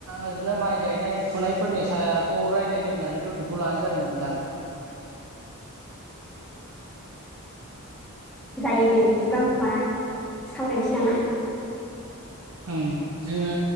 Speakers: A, on the right; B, in the centre.
A: ओरैनो माइ गायनाय फुनायफोरनि सायावखौ रायज्लायनो होननानै टपिक खौ लानाय जादोंमोन नोंथां।
B: जायो दे बिदिबां होनबा सावरायनोसै नामा।
A: उम जोङो